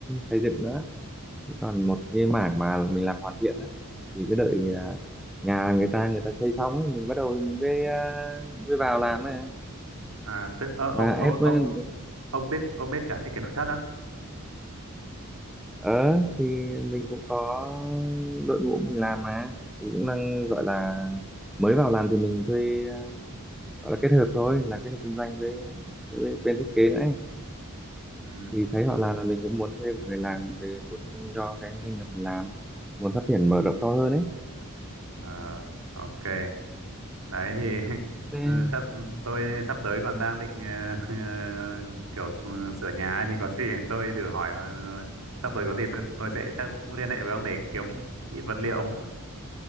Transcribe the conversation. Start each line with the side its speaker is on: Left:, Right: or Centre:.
Centre: xây dựng nữa Thế còn một cái mảng mà mình làm hoàn thiện á thì cứ đợi à, nhà người ta người ta xây xong ấy mình bắt đầu mình mới à, mới vào làm ấy
Right: à, tức ờ, ông
Centre: mà ép
Right: ông ông
Centre: lên-
Right: ông biết ông biết cả thiết kế nội thất á
Centre: ở thì mình cũng có đội ngũ mình làm mà thì cũng đang gọi là mới vào làm thì mình thuê à, gọi là kết hợp thôi là kết hợp kinh doanh với, với bên thiết kế nữa ấy.
Right: ừ
Centre: thì thấy họ làm là mình cũng muốn thuê một người làm về bổ sung cho cái doanh nghiệp mình làm muốn phát triển mở rộng to hơn ấy
Right: ờ ok đấy thì
Centre: Ừ.
Right: <laughs>
Centre: thế
Right: ừ, sắp
Centre: ừ.
Right: tôi sắp tới còn đang định ờ, <laughs> kiểu s- sửa nhà ấy, thì có gì <laughs> tôi thử hỏi ờ, sắp tới có gì tôi, tôi sẽ chắc cũng liên hệ với ông để kiếm ít vật liệu